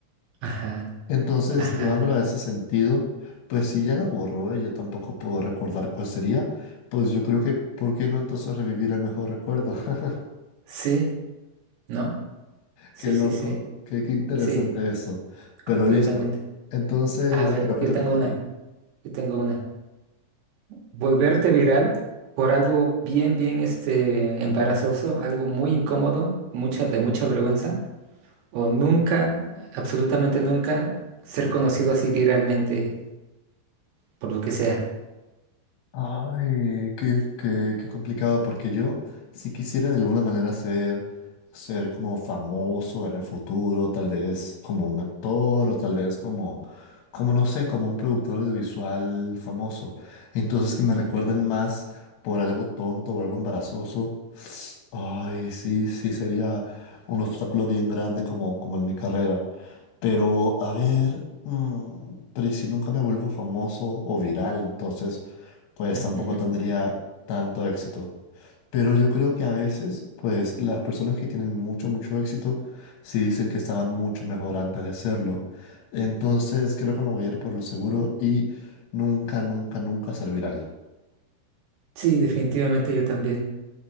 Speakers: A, on the right (about 65°); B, on the left (about 70°).
A: ajá,
B: Entonces,
A: ajá.
B: llevándolo a ese sentido, pues si ya la borró, eh, yo tampoco puedo recordar cuál sería, pues yo creo que, ¿por qué no entonces revivir el mejor recuerdo? <laughs>
A: Sí, ¿no? Sí,
B: Qué loco,
A: sí, sí,
B: qué, qué interesante
A: sí,
B: eso.
A: completamente.
B: Pero listo, entonces
A: A ver,
B: creo que
A: yo
B: te
A: tengo
B: toca
A: una,
B: a ti.
A: yo tengo una. volverte viral por algo bien, bien este embarazoso, algo muy incómodo, mucha, de mucha vergüenza, o nunca, absolutamente nunca, ser conocido así viralmente por lo que sea.
B: Ay, qué, qué- qué complicado, porque yo si quisiera de alguna manera ser, ser como famoso en el futuro, tal vez como un actor o tal vez como, como no sé, como un productor audiovisual famoso. Entonces que me
A: Ujú,
B: recuerden más por algo tonto o algo embarazoso. Ay, sí, sí, sería un obstáculo bien grande como, como en mi carrera. Pero, a ver, mm, pero ¿y si nunca me vuelvo famoso o viral? Entonces pues
A: ujú.
B: tampoco tendría tanto éxito. Pero yo creo que a veces, pues las personas que tienen mucho, mucho éxito, sí dicen que estaban mucho mejor antes de serlo. Entonces creo que me voy a ir por lo seguro y nunca, nunca, nunca ser viral.
A: Sí, definitivamente yo también.